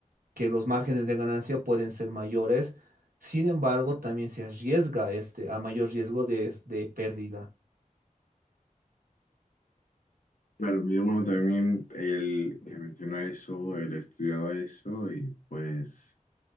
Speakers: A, on the right (about 90°); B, on the left (about 65°).
A: que los márgenes de ganancia pueden ser mayores. Sin embargo, también se arriesga este, a mayor riesgo de, de pérdida.
B: Claro, mi hermano también, él me mencionó eso, él estudiaba eso y pues